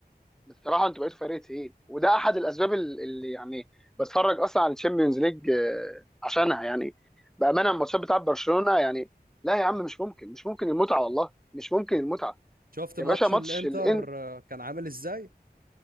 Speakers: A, in the centre; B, on the right (about 60°).
A: بصراحه انتوا بقيتوا فريق تقيل وده احد الاسباب ال- اللي يعني بتفرج اصلا على الشامبيونز ليج آه، عشانها يعني بامانه الماتشات بتاعت برشلونه يعني لا يا عم مش ممكن مش ممكن المتعه والله مش ممكن المتعه
B: شفت
A: يا
B: ماتش
A: باشا ماتش
B: الانتر
A: الان
B: آه، كان عامل ازاي